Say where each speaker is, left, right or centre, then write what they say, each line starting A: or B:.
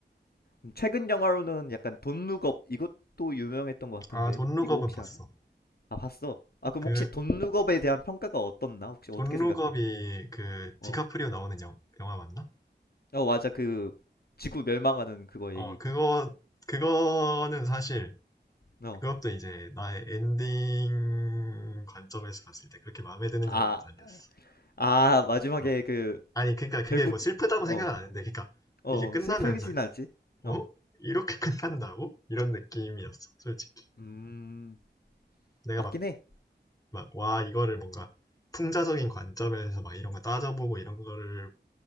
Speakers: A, on the left; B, on the left.
A: 음, 최근 영화로는 약간 돈룩업 이것도 유명했던 것 같은데
B: 아, 돈 룩업은
A: 이거 혹시
B: 봤어.
A: 아나? 아 봤어. 아 그럼
B: 그,
A: 혹시 돈룩업에 대한 평가가 어떻나? 혹시
B: 돈
A: 어떻게 생각해?
B: 룩업이 그,
A: 어.
B: 디카프리오 나오는 영, 영화 맞나?
A: 어 맞아 그 지구 멸망하는 그거
B: 어,
A: 얘기.
B: 그거, 그거는 사실,
A: 어.
B: 그것도 이제 나의 엔딩 관점에서 봤을 때 그렇게 마음에 드는
A: 아,
B: 영화는 아니었어.
A: 아 마지막에
B: 어.
A: 그
B: 아니, 그니까 그게
A: 결국
B: 뭐 슬프다고
A: 어,
B: 생각은 안 했는데, 그니까
A: 어
B: 이게 끝나면서,
A: 슬프진 않지? 어.
B: 어? 이렇게 <laughs> 끝난다고? 이런 느낌이었어, 솔직히.
A: 음
B: 내가
A: 맞긴
B: 막,
A: 해.
B: 막, 와, 이거를 뭔가 풍자적인 관점에서 막 이런 거 따져보고 이런 거를